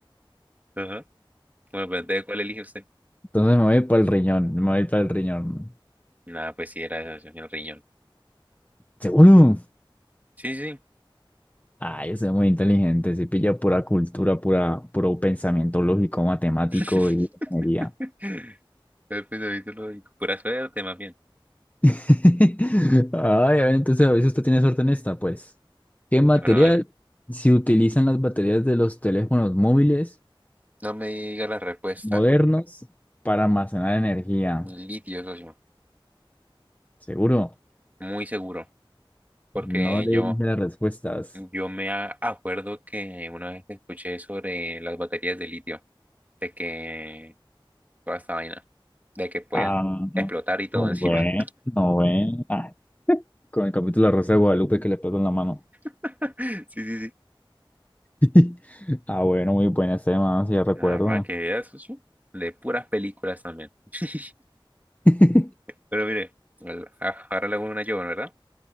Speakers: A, on the right; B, on the left.
A: Ajá. Bueno, pues entonces, ¿cuál elige usted?
B: Entonces me voy para el riñón, me voy para el riñón.
A: Nada, pues sí, era esa, socio, el riñón.
B: ¿Seguro?
A: Sí, sí.
B: Ay, usted es muy inteligente, se pilla pura cultura, pura, puro pensamiento lógico, matemático
A: <laughs>
B: y ingeniería.
A: El pensamiento lógico. Pura suerte, más bien.
B: <laughs> Ay, a ver, entonces a veces usted tiene suerte en esta, pues. ¿Qué material
A: Bueno, vale.
B: se utilizan las baterías de los teléfonos móviles
A: No me diga la respuesta.
B: modernos para almacenar energía?
A: Litio, socio.
B: Seguro,
A: Muy seguro. Porque
B: no le
A: yo,
B: dije las respuestas.
A: yo me a- acuerdo que una vez escuché sobre las baterías de litio. De que toda esta vaina de que puedan
B: Ah, no
A: explotar y todo encima.
B: bueno, bueno. Ah, Con el capítulo de la Rosa de Guadalupe que le pasó en la mano.
A: <laughs> Sí, sí, sí.
B: <laughs> Ah, bueno, muy buena ese, man, si ya recuerda.
A: Nada más que veas, socio, de puras películas también. <laughs>
B: <laughs>
A: Pero mire, al- a- ahora le hago una yo, ¿verdad?